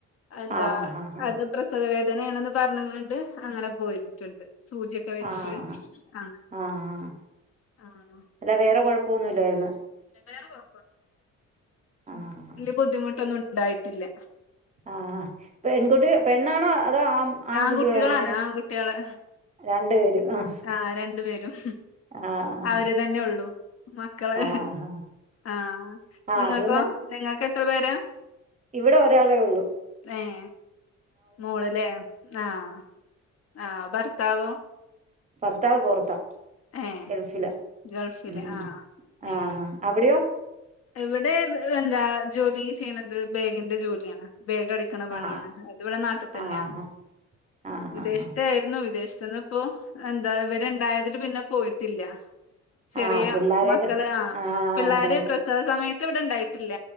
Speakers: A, on the left; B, on the right.
A: എന്താ
B: ആഹ് ആഹ്
A: അത് പ്രസവ വേദനാണെന്ന് പറഞ്ഞ്ക്കാണ്ട് അങ്ങനെ പോയിട്ട് ണ്ട് സൂജിയൊക്കെ വെച്ച്
B: ആഹ് ആഹ്
A: ആഹ്
B: ആഹ്
A: ആഹ്
B: അല്ല വേറെ കുഴപ്പോന്നും ഇല്ലായിരുന്നു
A: വേറെ കൊയ
B: ആഹ്
A: വല്ല്യ ബുദ്ധിമുട്ടൊന്നും ഇണ്ടായിട്ടില്ല
B: ആഹ് ആഹ് പെൺകുട്ടി പെണ്ണാണോ അതോ ആഹ് ആൺകുട്ടികളാണോ
A: ആൺകുട്ടികളാണ്
B: ആരാ
A: ആൺകുട്ടികള്
B: രണ്ട് പേരും ആഹ്
A: ആഹ് രണ്ടു പേരും
B: ആഹ്
A: അവര് തന്നെ ഒള്ളു മക്കള്
B: ആഹ് ആഹ്
A: ആഹ് നിങ്ങക്കോ
B: അത്
A: നിങ്ങക്ക് എത്ര പേരാ
B: ഇവടെ ഒരാളേ ഒള്ളൂ
A: ഏഹ് മോള് ലേ ആഹ് ആഹ് ഭർത്താവോ
B: ഭർത്താവ് പൊർത്താ
A: ഏഹ്
B: ഗൾഫിലാ
A: ഗൾഫില്
B: മ്
A: ആഹ് ഏഹ്
B: ആഹ് അവിടയോ
A: ഇവിടെ എന്താ ജോലി ചെയ്യ്ണത് ബേഗിന്റെ ജോലിയാണ് ബേഗ് അടി ക്ണ പണിയാണ്
B: ആഹ്
A: അത് ഇവടെ നാട്ടിതന്നെയാണ്
B: ആഹ് ആഹ്
A: വിദേശത്തായിരുന്നു
B: ആഹ്
A: വിദേശത്തന്ന് ഇപ്പൊ എന്താ ഇവര് ഇണ്ടായതില് പിന്നെ പോയിട്ടില്ല ചെറിയ
B: ആഹ് ആഹ് പിള്ളോരൊക്കെ
A: മക്കള് ആഹാ
B: ആഹ്
A: പിള്ളാര്
B: അതെ അതെ
A: <unintelligible> സമയത്ത് ഇവടെ ഇണ്ടായിട്ടില്ല